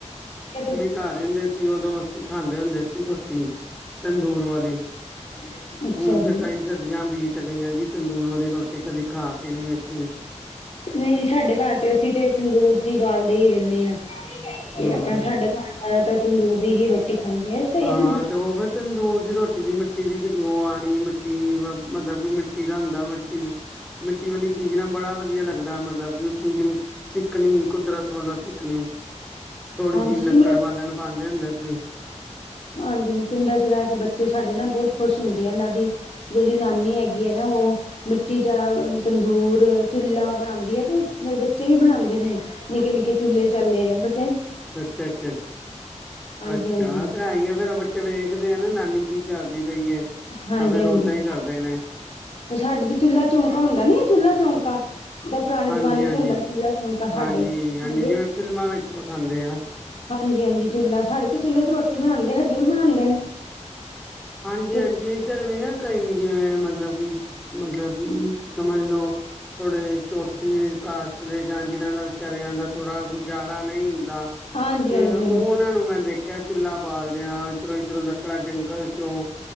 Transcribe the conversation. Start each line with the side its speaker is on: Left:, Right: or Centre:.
Left: <unintelligible>
Centre: ਕਰ ਰਹਿੰਦੇ ਸੀ ਉਦੋਂ ਖਾਂਦੇ ਹੁੰਦੇ ਸੀ ਰੋਟੀ ਤੰਦੂਰ ਵਾਲੀ।
Left: <unintelligible>
Centre: ਹੁਣ ਤਾਂ
Left: ਜੀ
Centre: ਕਈ ਸਦੀਆਂ ਬੀਤ ਗਈਆਂ ਜੀ ਤੰਦੂਰ ਵਾਲੀ ਰੋਟੀ ਕਦੀ ਖਾ ਕੇ ਨਹੀਂ ਵੇਖੀ।
Left: ਨਹੀਂ ਜੀ ਸਾਡੇ ਕਰ ਤੇ ਅਸੀਂ ਤੇ ਤੰਦੂਰ ਜੀ ਬਾਲਦੇ ਹੀ ਰਹਿਣੇ ਹਾਂ। ਤੇ
Centre: ਹੂੰ
Left: ਆਪਣਾ ਸਾਡੇ ਖ ਪ ਤਾਂ ਤੰਦੂਰ ਦੀ ਹੀ ਰੋਟੀ ਖਾਂਦੇ ਆ, ਸਹੀ
Centre: ਹਾਂ
Left: ਵੀ ਹੁੰਦੀ
Centre: ਤੇ ਉਹ ਫੇਰ ਤੰਦੂਰ ਦੀ ਰੋਟੀ ਦੀ ਮਿੱਟੀ ਦੀ ਖੁਸ਼ਬੋ ਆਨੀ, ਮਿੱਟੀ ਮਤਲਬ ਕਿ ਮਿੱਟੀ ਦਾ ਹੁੰਦਾ ਮਿੱਟੀ ਮਿੱਟੀ ਵਾਲੀ ਚੀਜ਼ ਨਾ ਬੜਾ ਵਧੀਆ ਲੱਗਦਾ ਮਤਲਬ ਵੀ ਉਹ ਚੀਜ਼ ਸਿੱਕਣੀ ਕੁਦਰਤ ਮਤਬ ਸਿੱਕਣੀ ਥੋੜ੍ਹੀ
Left: ਹਾਂਜੀ
Centre: ਜਿਹੀ ਲੱਕੜ
Left: ਜੀ
Centre: ਪਾਲਣ ਪਾਂਦੇ ਹੁੰਦੇ ਸੀ।
Left: ਹਾਂਜੀ-ਹਾਂਜੀ, ਪਿੰਡਾਂ ਚ ਰਹਿ ਕੇ ਬੱਚੇ ਸਾਡੇ ਨਾ ਬਹੁਤ ਖੁਸ਼ ਹੁੰਦੇ ਆ, ਇਹਨਾਂ ਦੀ ਜਿਹੜੀ ਨਾਨੀ ਹੈਗੀ ਐ ਨਾ ਉਹ ਮਿੱਟੀ ਦਾ ਤੰਦੂਰ ਚੁਲਾ ਬਣਾਂਦੀ ਐ ਤੇ ਮੇਰੇ ਬੱਚੇ ਵੀ ਬਣਾਂਦੇ ਨੇ। ਨਿੱਕੇ ਨਿੱਕੇ ਚੂਲੇ ਚਾਲੇ ਬਚ
Centre: ਅੱਛਾ, ਅੱਛਾ,
Left: ਹਾਂਜੀ
Centre: ਅੱਛਾ
Left: ਹਾਂਜੀ
Centre: ਤੇ ਭਈ ਆ ਫੇਰ ਉਹ ਬੱਚੇ ਵੇਖਦੇ ਆ ਨਾ ਨਾਨੀ ਕੀ ਕਰਦੀ ਪਈ ਹੇ ਤਾਂ
Left: ਹਾਂਜੀ
Centre: ਫੇਰ
Left: ਹਾਂਜੀ
Centre: ਉਦਾ ਹੀ ਕਰਦੇ ਨੇ।
Left: ਸਾਡੇ ਤੇ ਚੁੱਲ੍ਹਾ ਚੌਂਕਾ ਹੁੰਦਾ ਨੀ ਆ ਚੁੱਲ੍ਹਾ ਚੌਂਕਾ ਜਿੰਦਾ ਪੁਰਾਣੇ
Centre: ਹਾਂਜੀ
Left: ਜਮਾਨੇ
Centre: ਹਾਂਜੀ
Left: ਚ ਹੁੰਦਾ ਚੁੱਲ੍ਹਾ ਚੌਂਕਾ
Centre: ਹਾਂਜੀ
Left: ਸਾਡੇ, ਸਾਡੇ
Centre: ਹਾਂਜੀ ਜਿਵੇਂ ਫਿਲਮਾਂ ਵਿੱਚ ਵਿਖਾਂਦੇ ਆ।
Left: ਹਾਂਜੀ-ਹਾਂਜੀ, ਚੁੱਲ੍ਹਾ ਸਾਡੇ ਤੇ ਚੁੱਲ੍ਹੇ ਤੇ ਰੋਟੀ ਬਣਾਂਦੇ, ਹਜੇ ਵੀ ਬਣਾਂਦੇ ਨੇ।
Centre: ਹਾਂਜੀ-ਹਾਂਜੀ,
Left: ਤੇ
Centre: ਇੱਧਰ ਵੀ ਨਾ ਕਈ ਜਿਵੇਂ ਮਤਲਬ ਕਿ ਮਤਲਬ ਸਮਝ ਲੋ। ਥੋੜੇ ਛੋਟੀ ਕਾਸਟ ਦੇ ਜਾਂ ਜਿਨਾਂ ਦਾ ਵਿਚਾਰਿਆਂ ਦਾ ਥੋੜਾ ਗੁਜ਼ਾਰਾ ਨਹੀਂ ਹੁਣ ਤਾ
Left: ਹਾਂਜੀ
Centre: ਉਹ
Left: ਹਾਂਜੀ ਹਾਂਜੀ
Centre: ਉਹਨਾਂ ਨੂੰ ਮੈਂ ਦੇਖਿਆ ਚੁਲਾ ਬਾਲਦਿਆਂ ਇਧਰੋਂ ਇਧਰੋਂ ਲੱਕੜਾ ਜੰਗਲ ਉਹ